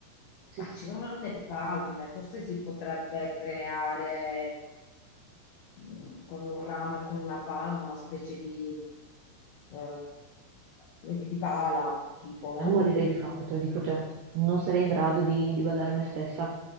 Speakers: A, on the right; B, on the left.
A: sì,
B: Ma
A: sì.
B: ci sono le palme, forse si potrebbe creare mm, con un ramo e con una palma una specie di, eh, come dire, di pala, tipo, no?
A: Eh, morirei di fame, te lo dico già. Non sarei in grado di, di badare a me stessa.